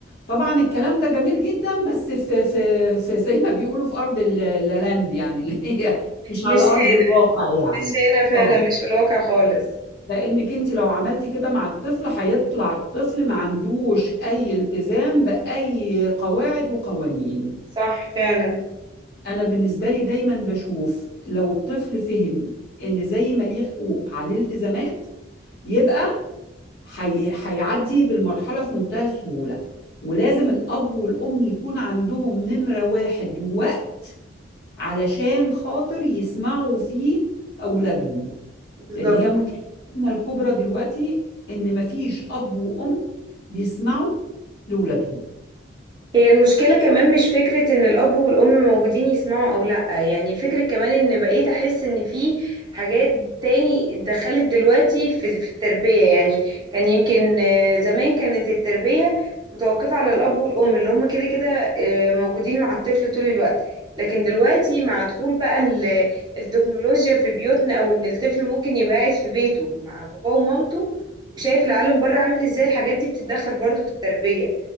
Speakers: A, on the left (about 55°); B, on the right (about 20°).
A: طبعا الكلام ده جميل جدا بس في في في زي ما بيقولوا في ارض ال- اللاند يعني اللي هي مش
B: مش
A: على
B: هنا
A: ارض الواقع يعني
B: مش هنا فعلا
A: اه
B: مش في الواقع خالص
A: لانك انت لو عملتي كده مع الطفل هيطلع الطفل ما عندوش اي التزام باي قواعد وقوانين
B: صح فعلا
A: انا بالنسبه لي دايما بشوف لو الطفل فهم ان زي ما ليه حقوق عليه التزامات يبقى حي... هيعدي بالمرحلة في منتهى السهولة ولازم الأب والأم يكون عندهم نمرة واحد وقت علشان خاطر يسمعوا فيه أولادهم
B: بالظبط
A: لأن هي مشكلتنا الكبرى دلوقتي إن مفيش أب وأم بيسمعوا لأولادهم
B: هي المشكلة كمان مش فكرة ان الاب والام موجودين يسمعوا او لا يعني فكرة كمان ان بقيت احس ان في حاجات تاني اتدخلت دلوقتي في, في التربية يعني كان يمكن آه، زمان كانت التربية متوقفة على الاب والام اللي هم كده كده آه، موجودين مع الطفل طول الوقت لكن دلوقتي مع دخول بقى ال- التكنولوجيا في بيوتنا او ان الطفل ممكن يبقى قاعد في بيته مع باباه ومامته وشايف العالم بره عامل ازاي الحاجات دي بتتدخل برضو في التربية